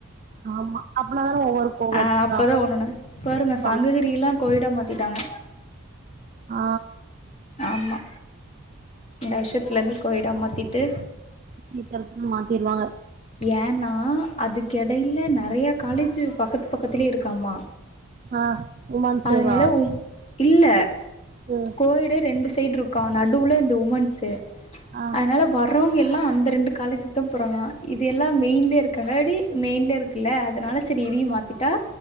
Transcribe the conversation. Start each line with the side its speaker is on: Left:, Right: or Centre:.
Right: ஆமா அப்பனா தான ஒவ்வொரு கோர்ஸா
Left: ஆ அப்பதா ஒண்ணுனா பாருங்க
Right: பண்ணு.
Left: சங்க கீரியில்லா கோய்டா மாத்திட்டாங்க
Right: ஆ
Left: ஆமா இந்த வருஷத்துல இருந்து கோஎடா மாத்திட்டு
Right: சீக்கரத்தின்னு மாத்திருவாங்க
Left: ஏன்னா அதுக்கெடையில ந நறையா காலேஜி பக்கத்து பக்கத்திலே இருக்காம
Right: ஆ உமன் சேவா
Left: அதனால ஓ இல்ல
Right: ம்
Left: கோஎடே ரெண்டு சைடு இருக்கா நடுவுல இந்த உமன்ஸு
Right: ஆ
Left: அதனால ஒ றவங்க எல்லா அந்த ரெண்டு காலேஜிக்கு தா போறாங்கலா இது எல்லா மெயின்லே இருக்காங்காட்டி மெயின்லே இருக்குல்ல அதனால செரி இதையு மாத்திட்டா